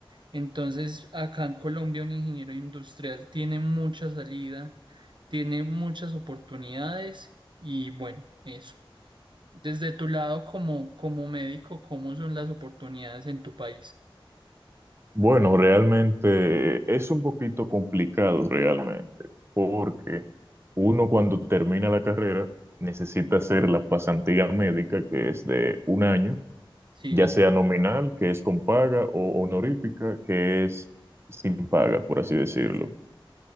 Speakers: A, on the right; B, on the right.
A: Entonces, acá en Colombia, un ingeniero industrial tiene mucha salida, tiene muchas oportunidades y bueno, eso. Desde tu lado como, como médico, ¿cómo son las oportunidades en tu país?
B: Bueno, realmente es un poquito complicado realmente, porque uno cuando termina la carrera necesita hacer la pasantía médica, que es de un año,
A: Sí.
B: ya sea nominal, que es con paga, o honorífica, que es sin paga, por así decirlo.